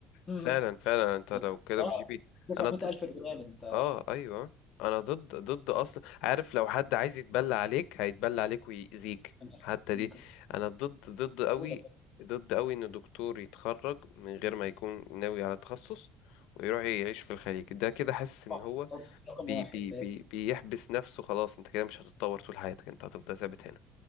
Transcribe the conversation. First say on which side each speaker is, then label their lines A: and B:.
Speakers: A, on the left (about 20°); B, on the left (about 80°).
A: <laughs>
B: فعلا فعلا انت
A: يعني
B: لو كده
A: اه
B: بجي بي
A: تدفع
B: انا
A: 100000
B: ضد
A: ريال انت
B: اه ايوه انا ضد ضد اصلا عارف لو حد عايز يتبلى عليك هيتبلى عليك ويأذيك
A: أنت
B: حتى
A: ممكن
B: دي انا ضد ضد قوي
A: بسهولة
B: ضد قوي ان دكتور يتخرج من غير ما يكون ناوي على تخصص ويروح يعيش في الخليج ده كده حاسس ان
A: تدفع
B: هو
A: تخصص رقم
B: بي
A: واحد
B: بي
A: لازم
B: بي بيحبس نفسه خلاص انت كده مش هتتطور طول حياتك انت هتفضل ثابت هنا